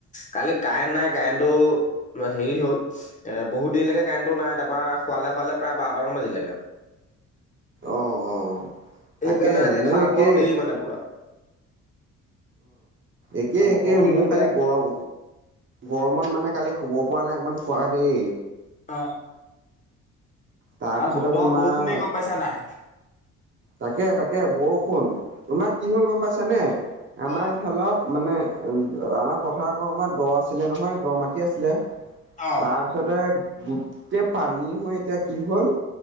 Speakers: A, on the left; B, on the right.
A: কালি কাৰেণ্ট নাই কাৰেণ্টটো হেৰি হ'ল এ বহুত দেৰি লৈকে কাৰেণ্টো নাই তাৰপৰা শুৱালে শুৱালে প্ৰায় বাৰটা মান বাজিলেগে আৰু
B: অ অ
A: সেইকাৰণে
B: তাকে
A: আজি
B: মোৰ
A: সাৰ
B: একেই
A: পোৱাও দেৰি মানে পুৰা
B: একে
A: আৰু বতৰটো
B: একে মোৰ
A: ইমান
B: কালি
A: বেয়া
B: গৰম গৰমত মানে কালি শুব পৰা নাই অকণমান খোৱা দেই
A: অ
B: তাৰপিছতে
A: আৰু বৰ্তমান
B: তোমাৰ
A: বৰষুণে গম পাইছা নাই
B: তাকে তাকে বৰষুণ তোমাক কি হ'ল গম পাইছানে আমাৰ
A: অ
B: এইফালৰ মানে উ আমাৰ পথাৰক অকণমান দ আছিলে নহয় দ মাটি আছিলে
A: অ
B: তাৰপিছ তাৰছতে গোটেই পানী হৈ এতিয়া কি হ'ল